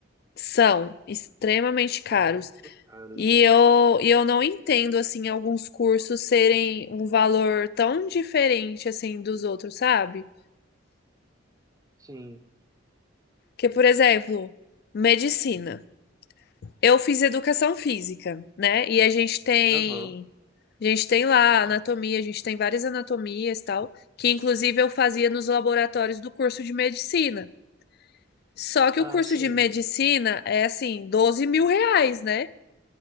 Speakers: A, on the left; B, on the right.
A: São extremamente caros.
B: Muito caros.
A: E eu, e eu não entendo, assim, alguns cursos serem um valor tão diferente, assim, dos outros, sabe?
B: Sim,
A: Que, por exemplo, medicina. Eu fiz educação física, né? E a gente tem.
B: aham.
A: A gente tem lá anatomia, a gente tem várias anatomias e tal, que inclusive eu fazia nos laboratórios do curso de medicina. Só que
B: Ah,
A: o curso
B: sim.
A: de medicina é assim, doze mil reais, né?